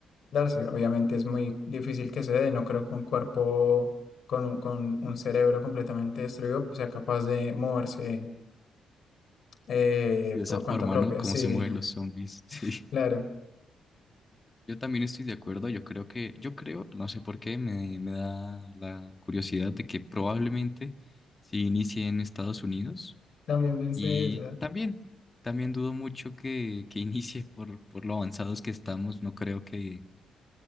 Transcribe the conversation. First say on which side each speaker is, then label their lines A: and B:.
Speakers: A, on the left; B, on the left.
A: darse. Obviamente es muy difícil que se dé, no creo que un cuerpo con un, con un cerebro completamente destruido sea capaz de moverse eh,
B: de esa
A: por
B: forma,
A: cuenta propia.
B: ¿no? Cómo
A: Sí,
B: se mueven los zombies. <laughs> Sí.
A: <laughs> claro.
B: Yo también estoy de acuerdo. Yo creo que, yo creo, no sé por qué, me, me da la curiosidad de que probablemente si inicie en Estados Unidos.
A: También pensé
B: Y
A: eso.
B: también, también dudo mucho que, que <laughs> inicie por, por lo avanzados que estamos. No creo que,